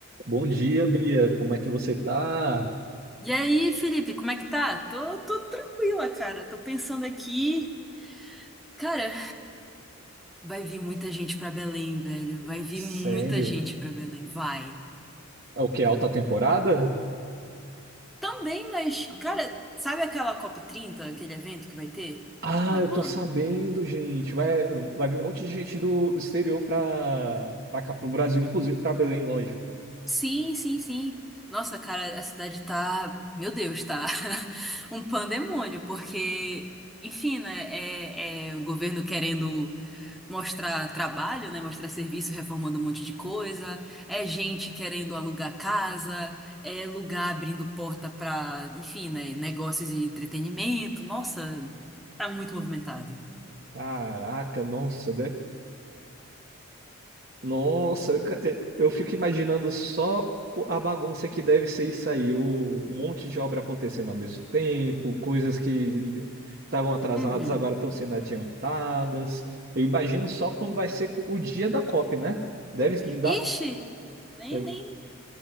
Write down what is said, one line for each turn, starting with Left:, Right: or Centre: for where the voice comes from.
Right: Bom dia, Bia. Como é que você tá?
Centre: E aí, Felipe, como é que tá? Tô, tô tranquila, cara. Tô pensando aqui. Cara, vai vir muita gente pra Belém, velho. Vai vir
Right: Sério?
Centre: muita gente pra Belém. Vai.
Right: É o que? Alta temporada?
Centre: Também, mas, cara, sabe aquela cop trinta, aquele evento que vai ter
Right: Ah,
Centre: no final
Right: eu
Centre: do
Right: tô
Centre: ano?
Right: sabendo, gente. Vai, vai vir um monte de gente do, do exterior pra, pra cá, pro Brasil, inclusive pra Belém, lógico.
Centre: Sim, sim, sim. Nossa, cara, a cidade tá. Meu Deus, tá. <laughs> Um pandemônio, porque, enfim, né? É, é o governo querendo. mostrar trabalho, né? Mostrar serviço reformando um monte de coisa, é gente querendo alugar casa, é lugar abrindo porta para, enfim, né? Negócios e entretenimento. Nossa, tá muito movimentado.
Right: Caraca, nossa, de- Nossa, ca- eh, eu fico imaginando só o- a bagunça que deve ser isso aí, o um monte de obra acontecendo ao mesmo tempo, coisas que estavam atrasadas
Centre: Uhum.
Right: agora estão sendo adiantadas. Eu imagino só quando vai ser o dia da COP, né? Deve dar.
Centre: Ixi, nem,
Right: deve-
Centre: nem